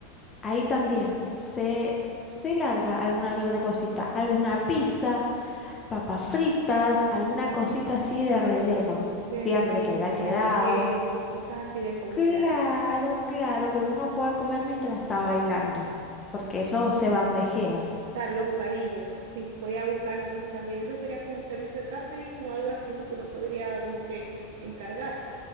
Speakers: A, on the left (about 20°); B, on the right (about 70°).
A: Ahí también se, se larga alguna que otra cosita, alguna pizza, papas fritas, alguna cosita así de relleno,
B: De
A: fiambre
B: relleno,
A: que haya quedado.
B: como piqueos o cosas así de comida.
A: Claro, claro, que uno pueda comer mientras está bailando, porque eso se bandejea.
B: Claro, los bocadillos. Sí, voy a buscar entonces también. Eso sería como un servicio de catering o algo así, ¿no? Que uno podría como que encargar